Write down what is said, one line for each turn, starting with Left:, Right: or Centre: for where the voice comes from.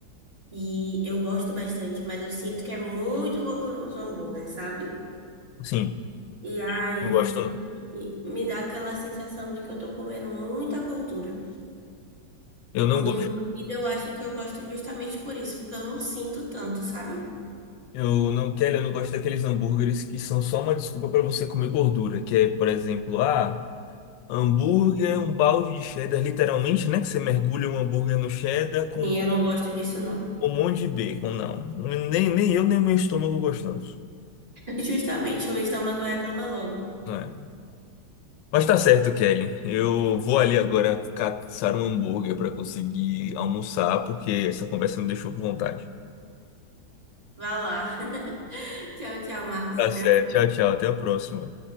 Right: e eu gosto bastante, mas eu sinto que é muito gorduroso o hambúrguer, sabe?
Left: Sim,
Right: E aí
Left: não gosto não.
Right: me dá aquela sensação de que eu tô comendo muita gordura.
Left: Eu não
Right: O do
Left: gosto.
Right: meu marido eu acho que eu gosto justamente por isso, porque eu não sinto tanto, sabe?
Left: Eu não quero, eu não gosto daqueles hambúrgueres que são só uma desculpa para você comer gordura, que é, por exemplo, ah. Hambúrguer, um balde de cheddar, literalmente, né? Que você mergulha um hambúrguer no cheddar com
Right: Sim, eu não gosto disso, não.
Left: um monte de bacon. Não, nem, nem eu, nem meu estômago gostamos.
Right: <laughs> Justamente, mas estômago reclama logo.
Left: né? Mas tá certo, Kelly. Eu vou ali agora caçar um hambúrguer para conseguir almoçar, porque essa conversa me deixou com vontade.
Right: Vá lá. <laughs> Tchau, tchau, Marcos.
Left: Tá
Right: Até
Left: certo.
Right: a próxima.
Left: Tchau, tchau. Até a próxima.